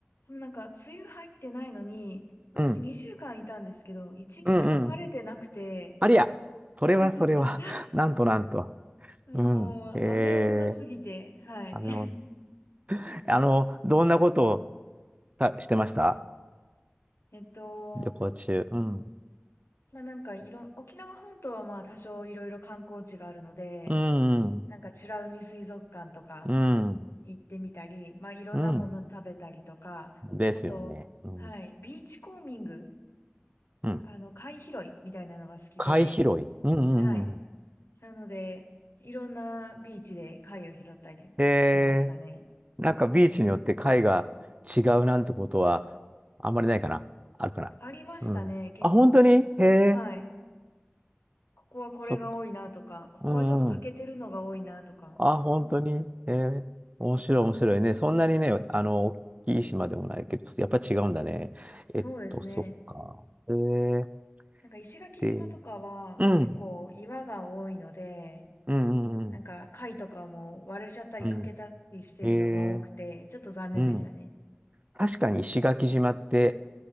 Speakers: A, on the left (about 85°); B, on the right (about 35°).
A: でもなんか梅雨入ってないのに、私2週間いたんですけど、
B: うん。
A: 1日も晴れてなくて、
B: うんうん。ありゃ。それはそれは。
A: <laughs>
B: <laughs> なんとなんと。
A: もう雨女すぎて、
B: うん。へえ。
A: はい。
B: 食べ物。
A: <laughs>
B: あの、どんなことをたしてました
A: えっと、
B: 旅行中。うん。
A: まあ、なんかいろ、沖縄本島はまあ多少いろいろ観光地があるので、
B: うん。
A: なんか美ら海水族館とか、
B: うん。
A: 行ってみたり、まあ、いろんなもの食べたりとか、
B: うん。ですよね。
A: あと、
B: うん。
A: はい、ビーチコーミング、
B: うん。
A: あの、貝拾いみたいなのが好きで、
B: 貝拾い。うんうんうん。
A: はい。なので、いろんなビーチで貝を拾ったりしてましたね。
B: へえ、なんかビーチによって貝が違うなんてことはあんまりないかな。あるかな。
A: ありましたね、
B: うん。
A: 結構。
B: あ、本当にへえ、
A: はい。ここはこれが多いなとか、
B: そっか。
A: ここはちょっと欠けてるのが多いなとか。
B: うんうん。あ、本当に。えー面白い、面白いね。そんなにね、あの、大きい島でもないけど、やっぱ違うんだね。
A: そうですね。
B: えっと、そっか。えー、
A: なんか石垣島とかは結構岩が多いので、
B: で、うん、うんうん、
A: なんか貝とかも割れちゃったり欠けたりしてるのが多くて、
B: うん、うん。えー、
A: ちょっと残念でしたね。
B: うん。確かに石垣島って、